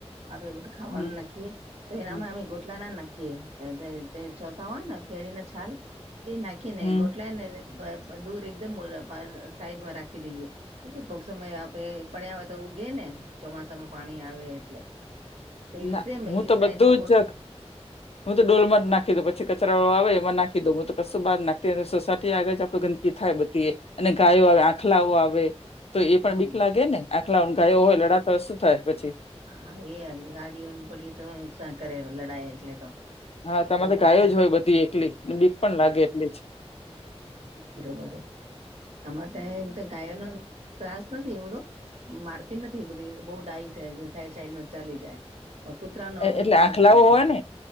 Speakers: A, on the right; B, on the left.
A: આપે બધું, ખાવાનું
B: હમ
A: નાખીએ તો એનામાં
B: હમ
A: અમે ગોટલા નાખ કે અ છોતા હોય ને કેરી ના છાલ એ નાખી ને
B: હમ
A: ગોટલા ને દૂર એકદમ સાઈડમાં રાખી દઈએ એટલે કોક સમય આપે પડ્યા હોય તે ઉગે ને ચોમાસામાં પાણી આવે એટલે એવી
B: ના
A: રીતે મે
B: હું
A: એ
B: તો
A: સાઈડમાં
B: બધું
A: ગોટલા
B: જ હું તો ડોલમાં જ નાખી દઉ પછી કચરા વાળો આવે એમા નાખી દઉ હું તો કશું બાહાર નાખતી અને સોસાયટી આગળ જ આપડું ગંદ કે થાય બધી એ અને ગાયો આવે આંખલાઓ આવે તો એ પણ
A: હા
B: બીક લાગે ને આખલા ગાય હોય લડાતો હોય શું થાય પછી
A: હા, એ ગાડીઓને પડી તો નુકસાન કરે લડાઈ એટલે તો
B: હા, તમારે
A: એ
B: ગાય
A: સાચ
B: જ હોય બધી એકલી બીક પણ લાગે, એટલી જ
A: બરોબર અમારા ત્યા તો ગાયનું ત્રાસ નથી એવડો મારતી નથી, બધી બહુ ડાય છે સાઈડ સાઈડ ન ચાલી જાય કૂતરાનોમ
B: એટલે
A: ત્રાસ છે, થોડો
B: હોય ને